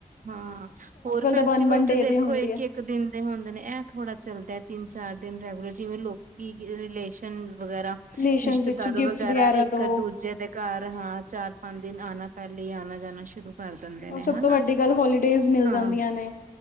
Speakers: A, on the right (about 70°); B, on the left (about 85°).
A: ਹਾਂ, ਔਰ ਫੈਸਟੀਵਲ
B: ਵਨ-ਵਨ ਡੇ
A: ਤੇ
B: ਦੇ
A: ਦੇਖੋ
B: ਹੁੰਦੀ
A: ਇੱਕ-
B: ਹੈ।
A: ਇੱਕ ਇਕ ਦਿਨ ਦੇ ਹੁੰਦੇ ਨੇ, ਐਹ ਥੋੜ੍ਹਾ ਚੱਲਦਾ ਤਿੰਨ- ਚਾਰ ਦਿਨ ਰੈਗੂਲਰ ਜਿਵੇਂ ਲੋਕੀ ਰਿਲੇਸ਼ਨ ਵਗੈਰਾ
B: ਰਿਲੇਸ਼ਨ
A: ਰਿਸ਼ਤੇਦਾਰ
B: ਵਿੱਚ ਗਿਫਟਸ
A: ਵਗੈਰਾ ਇੱਕ-
B: ਦੋ
A: ਦੂਜੇ ਦੇ, ਘਰ ਹਾਂ ਚਾਰ- ਪੰਜ ਦਿਨ ਆਣਾ ਪਹਿਲੇ ਹੀ ਆਣਾ ਜਾਣਾ ਸ਼ੁਰੂ, ਕਰ ਦਿੰਦੇ ਨੇ
B: ਔਰ ਸਭ
A: ਹਨਾ,
B: ਤੋਂ ਵੱਡੀ ਗੱਲ ਹੋਲੀਡੇਜ਼ ਮਿਲ
A: ਆਂ।
B: ਜਾਂਦੀਆਂ ਨੇ।